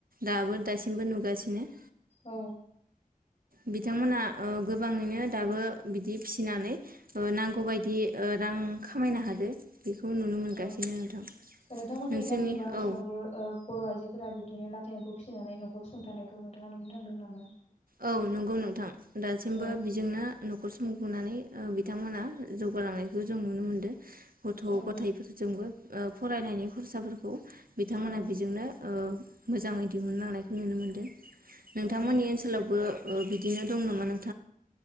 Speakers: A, on the right (about 75°); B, on the left (about 45°).
A: दाबो दासिमबो नुगासिनो।
B: औ।
A: बिथांमोना ओ गोबाङैनो दाबो बिदि फिसिनानै ओ नांगौबायदि ओ रां खामायनो हादो। बेखौ नुनो मोनगासिनो
B: औ
A: नोंथां
B: नोंथांमोननि
A: नोंसोरनि
B: गामि एबा ओनसोलावबो
A: औ
B: बर' आइजोफोरा बिब्दिनो ला एमफौ फिसिनानै न'खर सुंथानायखौ नोंथाङा नुनो थांदों नामा?
A: औ नंगौ नोंथां। दासिमबो
B: औ
A: बिजोंनो ओ न'खर सुंथानानै ओ बिथांमोनहा जौगालांनायखौ जों नुनो मोनदों। गथ'
B: औ
A: गथाइफोरजोंबो। ओ फरायनायनि खरसाफोरखौ बिथांमोना
B: औ
A: बेजोंनो ओ मोजांङै दिहुनलांनायखौ नुनो मोनो। नोंथांमोननि
B: औ
A: ओन बो बिदिनो दं नामा नों